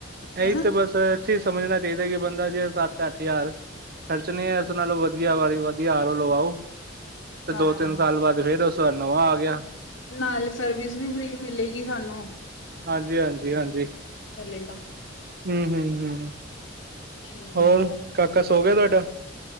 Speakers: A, on the right; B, on the left.
A: ਐਈ
B: ਹਨਾ
A: ਤੇ ਬਸ ਏਥੇ ਈ ਸਮਝਨਾ ਚਾਈਦਾ ਕਿ ਬੰਦਾ ਜੇ ਸੱਤ, ਅੱਠ ਹਜ਼ਾਰ ਖਰਚਨੇ ਆ ਇਸ ਨਾਲੋ ਵਧੀਆ ਵਾਰੀ ਵਾਦੀ ਆਰ ਓ ਲਵਾਓ। ਤੇ
B: ਹਾਂ
A: ਦੋ ਤਿੰਨ ਸਾਲ ਬਾਅਦ ਫੇਰ ਉਸ ਵਾਰ ਨਵਾਂ ਆ ਗਿਆ।
B: ਨਾਲ ਸਰਵਿਸ ਵੀ ਫ੍ਰੀ ਮਿਲੇਗੀ ਸਾਨੂੰ।
A: ਹਾਂਜੀ ਹਾਂਜੀ
B: ਫਲੇਗਾ
A: ਹੁੰ ਹੁੰ ਹੁੰ
B: ਠੀਕ
A: ਹੋਰ ਕਾਕਾ ਸੋ ਗਿਆ ਤਾਡਾ?